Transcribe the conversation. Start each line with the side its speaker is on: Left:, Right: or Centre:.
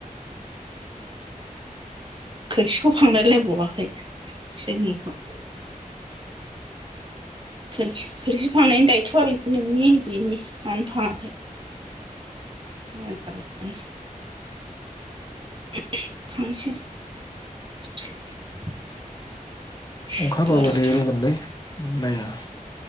Right: खोरखिखौ फांलायलायबावाखै जोंनिखौ <inaudible> खोरखि खोरखि फांनायनि दायथ'आ नोंनि बेनि मानो फांङा <unintelligible> <unintelligible>
Left: अखा हाबाब
Right: बार'था
Left: दै रोंगोनलै माया